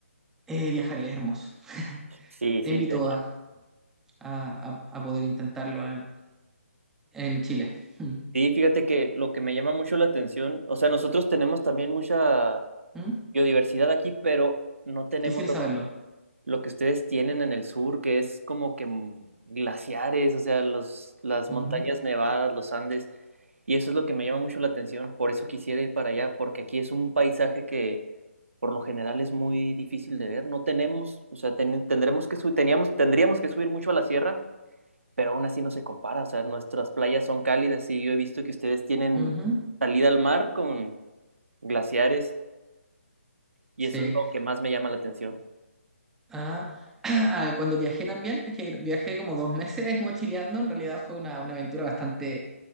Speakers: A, in the centre; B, on the right (about 65°).
A: Eh, viajar es hermoso. <laughs>
B: Sí,
A: Te
B: sí,
A: invito
B: de hecho.
A: a, a- a- a poder intentarlo en, en Chile. Mm,
B: Sí, fíjate que lo que me llama mucho la atención, o sea, nosotros tenemos también mucha
A: mm,
B: biodiversidad aquí, pero no tenemos
A: Quisiera saberlo.
B: lo que ustedes tienen en el sur, que es como que mm, glaciares, o sea, los, las
A: Ujú,
B: montañas nevadas, los Andes, y eso es lo que me llama mucho la atención, por eso quisiera ir para allá, porque aquí es un paisaje que por lo general es muy difícil de ver, no tenemos, o sea, ten- tendremos que subir, teníamos, tendríamos que subir mucho a la sierra, pero aún así no se compara, o sea, nuestras playas son cálidas y yo he visto que ustedes tienen
A: ujú,
B: salida al mar con glaciares, y
A: Sí.
B: eso es lo que más me llama la atención.
A: Ah, <clears throat> ah, cuando viajé también, es que viajé como dos meses mochileando. En realidad fue una, una aventura bastante